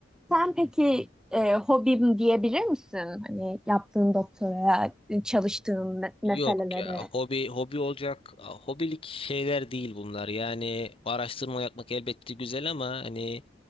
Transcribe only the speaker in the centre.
sen peki e, hobim diyebilir misin? Hani yaptığın doktoraya, çalıştığın me- meselelere.